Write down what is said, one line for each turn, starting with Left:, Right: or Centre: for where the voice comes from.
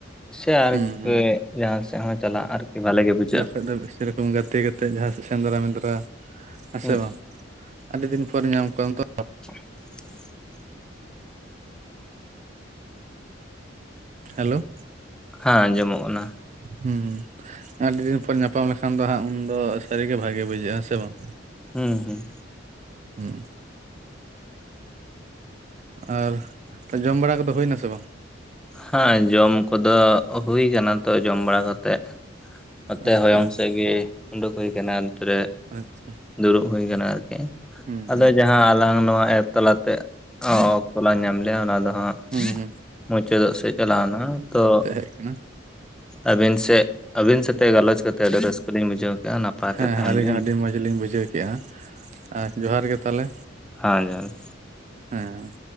Centre: ᱥᱮ ᱟᱨᱠᱤ
Right: ᱦᱩᱸ ᱦᱩᱸ
Centre: ᱡᱟᱦᱟᱸ ᱥᱮᱫ ᱦᱚ ᱪᱟᱞᱟᱜ ᱟᱨᱠᱤ ᱵᱷᱟᱞᱮ ᱜᱮ ᱵᱩᱡᱷᱟᱹᱜᱼᱟ᱾
Right: ᱛᱳᱜ ᱫᱚ ᱥᱮ ᱨᱚᱠᱚᱢ ᱜᱟᱛᱮ ᱠᱟᱛᱮᱫ ᱡᱟᱦᱟᱸ ᱥᱮᱫ ᱥᱮᱸᱫᱽᱨᱟ ᱢᱮᱸᱫᱽᱨᱟ, ᱦᱮ
Centre: ᱦᱩᱸ
Right: ᱥᱮ ᱵᱟᱝ? ᱟᱹᱰᱤ ᱫᱤᱱ ᱯᱚᱨᱮ ᱧᱟᱢ ᱠᱚᱣᱟ ᱛᱚ᱾
Centre: <inaudible>
Right: ᱦᱮᱞᱳ᱾
Centre: ᱦᱮᱸ ᱟᱸᱡᱚᱢᱚᱜ ᱠᱟᱱᱟ᱾
Right: ᱦᱩᱸ ᱟᱹᱰᱤ ᱫᱤᱱ ᱯᱚᱨᱮ ᱧᱟᱯᱟᱢ ᱞᱮᱠᱷᱟᱱ ᱫᱚ ᱦᱟᱸᱜ ᱩᱱᱫᱚ ᱥᱟᱹᱨᱤ ᱜᱮ ᱵᱷᱟᱜᱮ ᱵᱩᱡᱷᱟᱹᱜᱼᱟ, ᱦᱮ-ᱥᱮ ᱵᱟᱝ?
Centre: ᱦᱩᱸ ᱦᱩᱸ᱾
Right: ᱦᱩᱸ ᱦᱩᱸ᱾ ᱟᱨ ᱛᱚ ᱡᱚᱢ ᱵᱟᱲᱟ ᱠᱚᱫᱚ ᱦᱩᱭᱱᱟ ᱥᱮ ᱵᱟᱝ?
Centre: ᱦᱟᱸ ᱡᱚᱢ ᱠᱚᱫᱚ ᱦᱩᱭ ᱠᱟᱱᱟ ᱛᱚ ᱡᱚᱢ ᱵᱟᱲᱟ ᱠᱟᱛᱮᱫ ᱱᱚᱛᱮ
Right: ᱟᱪᱪᱷᱟ
Centre: ᱦᱚᱭᱚᱝ
Right: ᱟᱪᱪᱷᱟ
Centre: ᱥᱮᱫ ᱜᱮ ᱩᱰᱩᱠ ᱦᱩᱭ ᱠᱟᱱᱟ ᱱᱚᱛᱮ ᱨᱮ
Right: ᱟᱪᱪᱷᱟ᱾
Centre: ᱫᱩᱲᱩᱵ ᱦᱩᱭ ᱟᱠᱟᱱᱟ ᱟᱨᱠᱤ,
Right: ᱦᱩᱸ
Centre: ᱟᱫᱚ
Right: ᱦᱩᱸ
Centre: ᱡᱟ ᱦᱟ ᱟᱞᱟᱝ ᱱᱚᱣᱟ ᱮᱯ ᱛᱟᱞᱟ ᱛᱮ ᱚᱠᱛᱚ ᱞᱟᱝ ᱧᱟᱢ ᱞᱮᱜ-ᱟ ᱚᱱᱟ ᱫᱚ ᱦᱟᱸᱜ
Right: ᱦᱩᱸ ᱦᱩᱸ
Centre: ᱢᱩᱪᱟᱹᱫᱚᱜ ᱥᱮᱫ ᱪᱟᱞᱟᱣᱱᱟ ᱛᱚ
Right: ᱪᱮᱫ ᱠᱟᱱᱟ?
Centre: ᱟᱹᱵᱤᱱ ᱥᱮᱫ ᱟᱹᱵᱤᱱ ᱥᱟᱛᱮ ᱜᱟᱞᱚᱪ ᱠᱟᱛᱮ ᱟᱹᱰᱤ ᱨᱟᱹᱥᱠᱟᱹ ᱞᱤᱧ ᱵᱩᱡᱷᱟᱹᱣ ᱠᱮᱜᱼᱟ ᱱᱟᱯᱟᱭ ᱛᱮ
Right: ᱦᱮᱸ
Centre: ᱛᱟᱦᱮᱱ
Right: ᱦᱮᱸ ᱟᱹᱞᱤᱧ
Centre: ᱵᱤᱱ
Right: ᱦᱚ ᱟᱹᱰᱤ ᱢᱚᱸᱡᱽ ᱞᱤᱧ ᱵᱩᱡᱷᱟᱹᱣ ᱠᱮᱜᱼᱟ, ᱟᱨ ᱡᱚᱸᱦᱟᱨ ᱜᱮ ᱛᱟᱦᱚᱞᱮ᱾
Centre: ᱦᱳᱭ ᱡᱚᱦᱟᱸᱨ᱾
Right: ᱦᱮᱸ᱾